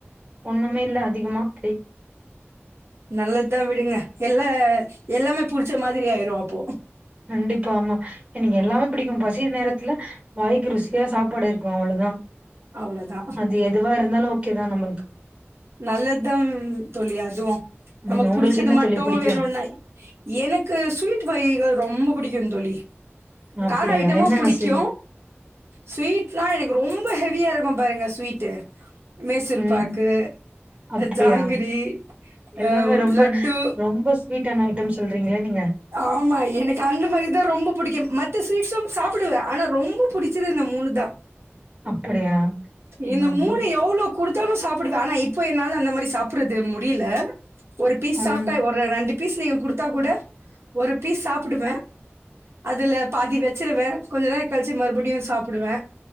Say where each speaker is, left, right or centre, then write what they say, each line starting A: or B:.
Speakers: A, on the right; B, on the right.
A: ஒன்னுமே இல்ல அதிகமா அப்டி
B: நல்லத் தா விடுங்க எல்லா எல்லாமே புடிச்ச மாதிரி ஆய்ரு அப்போ
A: கண்டிப்பா ஆமா எனக்கு எல்லாமே பிடிக்கும் பசி நேரத்துல வாய்க்கு ருசியா சாப்பாடு இருக்கு அவ்ளோதா
B: அவ்ளோதா
A: அது எதுவா இருந்தாலு ஓகே தா நம்மளுக்கு
B: நல்லதாம் தோழி அதுவு
A: ம்
B: நமக்கு
A: உங்களுக்கு
B: புடிச்சது
A: என்ன
B: மட்டு
A: தோழி பிடிக்கு
B: வேணும்னா எனக்கு ஸ்வீட் வகைகள் ரொம்ப பிடிக்கு தோழி
A: அப்டியா
B: கார ஐட்டமு
A: என்னென்ன
B: பிடிக்கு
A: ஸ்வீட்
B: ஸ்வீட்லா எனக்கு ரொம்ப ஹெவியா இருக்கு பாருங்க ஸ்வீட்டு மேசூர்
A: ம்
B: பாக்கு
A: அப்டியா
B: ஜாங்கிரி
A: எல்லாமே
B: ஆ
A: ரொம்ப
B: லட்டு
A: ரொம்ப ஸ்வீடான ஐட்டம் சொல்றீங்களே நீங்க
B: ஆமா எனக்கு அந்த மாரி தா ரொம்ப புடிக்கு மத்த ஸ்வீட்ஸும் சாப்பிடுவே ஆனா ரொம்ப புடிச்சது இந்த மூணு தா
A: அப்படியா
B: இந்த
A: ம்
B: மூணு எவ்ளோ கொடுத்தாலு சாப்பிடுவே ஆனா இப்ப என்னால அந்த மாரி சாப்பிடுறது முடியல ஒரு பீஸ் சாப்ட்டா
A: ம்
B: ஒ ரு ரெண்டு பீஸ் நீங்க குடுத்தா கூட ஒரு பீஸ் சாப்டுவ அதுல பாதி வச்சிருவே கொஞ்ச நேர கழிச்சு மறுபடியு சாப்பிடுவே